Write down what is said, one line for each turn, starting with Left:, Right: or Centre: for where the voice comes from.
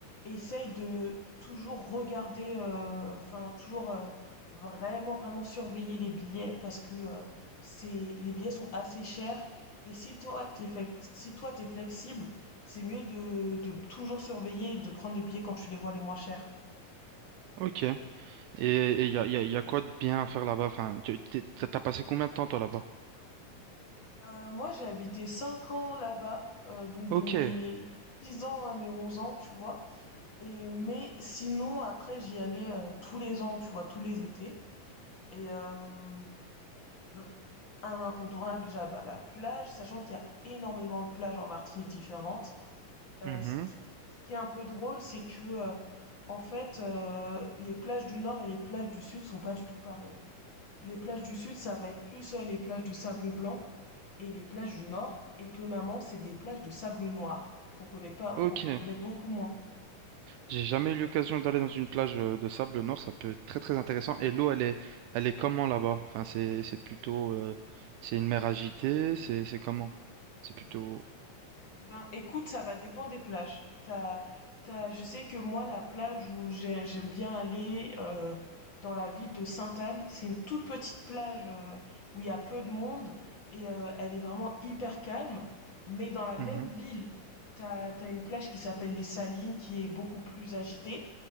Left: essaye de toujours regarder, euh, enfin, toujours euh, vraiment, vraiment surveiller les billets parce que euh, c'est, les billets sont assez chers. Et si toi, t'es, flex- si toi, t'es flexible, c'est mieux de, de toujours surveiller et de prendre les billets quand tu les vois les moins chers.
Right: ok. Et et il y a, il y a, il y a quoi de bien à faire là-bas? Enfin, tu- t'es- t'as t'as passé combien de temps, toi, là-bas?
Left: Euh, moi, j'ai habité 5 ans là-bas, euh, donc
Right: Ok.
Left: de mes dix ans à mes 11 ans, tu vois. Et mais sinon, après, j'y allais, heu, tous les ans, tu vois, tous les étés et hem, bah, un incontournable déjà, bah, la plage, sachant qu'il y a énormément de plages en Martinique différentes. Heu,
Right: mhm,
Left: ce qui ce qui est un peu drôle, c'est que, heu, en fait, heu, les plages du nord et les plages du sud sont pas du tout pareilles. Les plages du sud, ça va être plus, heu, les plages de sable blanc et les plages du nord, étonnamment, c'est des plages de sable noir qu'on connaît pas
Right: Ok.
Left: qu'on connaît beaucoup moins.
Right: J'ai jamais eu l'occasion d'aller dans une plage euh, de sable, nord. ça peut être très très intéressant. Et l'eau, elle est, elle est comment là-bas? Enfin, c'est, c'est plutôt, euh, c'est une mer agitée, c'est, c'est comment? C'est plutôt.
Left: Eh Ben, écoute, ça va dépendre des plages. T'as, t'as, je sais que moi, la plage où j'ai- j'aime bien aller, euh, dans la ville de Sainte-Anne, c'est une toute petite plage, euh, où il y a peu de monde et euh, elle est vraiment hyper calme. Mais dans la même
Right: Mhm.
Left: ville, t'as, t'as une plage qui s'appelle les Salines, qui est beaucoup plus agitée.